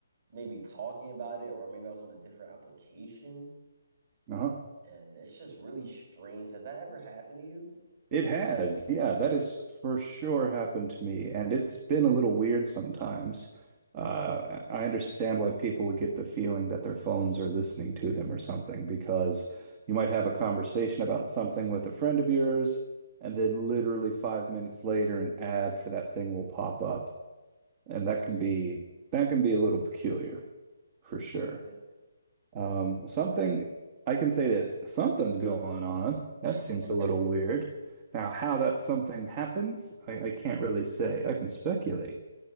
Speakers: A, on the right; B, on the right.
A: maybe talking about it or maybe I was on a different application,
B: Uh-huh.
A: and it's just really strange. Has that ever happened to you?
B: It has,
A: You think?
B: yeah, that has for sure happened to me, and it's been a little weird sometimes. Uh, I understand why people would get the feeling that their phones are listening to them or something, because you might have a conversation about something with a friend of yours, and then literally five minutes later, an ad for that thing will pop up, and that can be that can be a little peculiar for sure.
A: Yeah.
B: Um, something I can say this, something's going on. That
A: <laughs>
B: seems a little weird. Now, how that something happens, I, I can't really say. I can speculate.